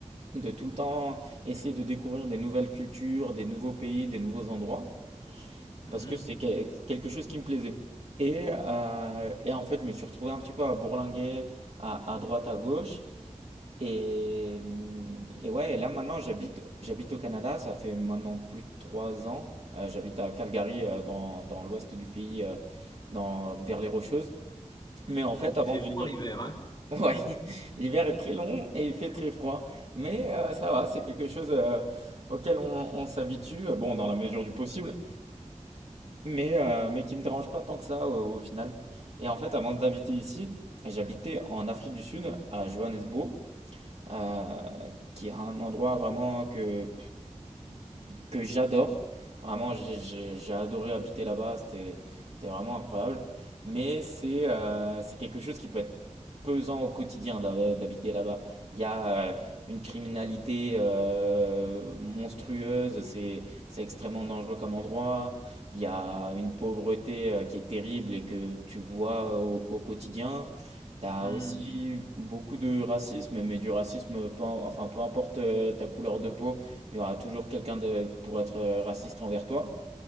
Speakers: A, on the right (about 60°); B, on the left (about 35°).
A: de tout le temps essayer de découvrir des nouvelles cultures, des nouveaux pays, des nouveaux endroits
B: Mhm.
A: parce que c'est que- quelque chose qui me plaisait. Et, euh, et en fait, je me suis retrouvé un petit peu à bourlinguer à, à droite, à gauche. Et, hum, et ouais, et là maintenant, j'habite, j'habite au Canada. Ça fait maintenant plus de trois ans. Euh, j'habite à Calgary, euh, dans, dans l'ouest du pays, euh, dans, vers les Rocheuses. Mais en
B: Mhm.
A: fait, avant
B: Il fait
A: de
B: froid
A: venir...
B: l'hiver, hein?
A: <laughs> Ouais, l'hiver est très long et il fait très froid. Mais euh, ça va, c'est quelque chose euh, auquel on, on s'habitue, euh, bon, dans la mesure du possible mais, euh, mais qui me dérange pas tant que ça au, au final. Et en fait, avant d'habiter ici, j'habitais en Afrique du Sud, à Johannesburg, euh, qui est un endroit vraiment que, que j'adore. Vraiment, j'ai j'ai- j'ai adoré habiter là-bas, c'était, c'était vraiment incroyable. Mais c'est euh, c'est quelque chose qui peut être pesant au quotidien d'hab- d'habiter là-bas. Il y a euh, une criminalité euh, monstrueuse, c'est c'est extrêmement dangereux comme endroit. Il y a une pauvreté euh, qui est terrible et que tu vois au, au quotidien. T'as
B: Mmh,
A: aussi beaucoup de racisme, mais du racisme, peu, im- enfin, peu importe euh, ta couleur de peau, il y aura toujours quelqu'un de- pour être euh, raciste envers toi.